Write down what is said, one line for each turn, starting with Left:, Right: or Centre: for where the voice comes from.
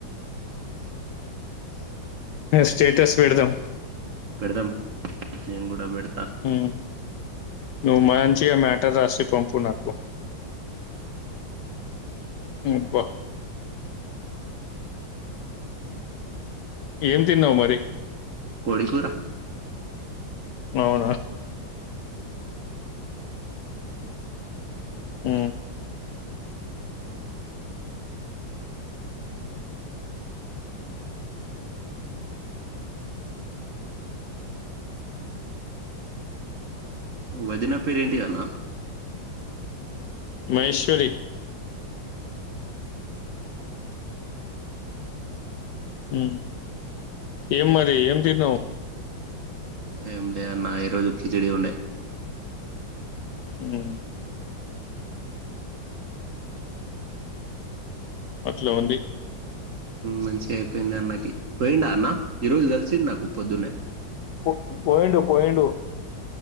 Left: స్టేటస్ పెడదాం
Right: పెడదాం నేను కూడా పెడతా
Left: హు నువ్వు మంచిగా మ్యాటర్ రాసి పంపు నాకు ముబ్బా ఏం తిన్నావ్ మరి
Right: కోడికురా
Left: అవునా హు
Right: వదిన పేరు ఏంటి అన్న
Left: మహేశ్వరి హు ఏం మరి ఏం తిన్నావ్
Right: ఏమిలే అన్నా ఈరోజు కిచిడి ఉండే
Left: హు అట్లా ఉంది
Right: మంచి అయిపోయింది అన్నకి పోయిండా అన్న ఈ రోజు కలిసిండు నాకు పొద్దున్నే
Left: పో పోయిండు పోయిండు